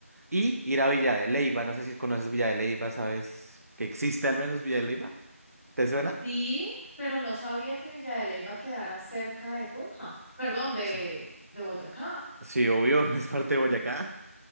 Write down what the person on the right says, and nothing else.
y ir a Villa de Leyva, no sé si conoces Villa de Leyva, ¿sabes que existe al menos Villa de Leyva? ¿Te suena?
Sí.
Sí, obvio, <laughs> es parte de Boyacá,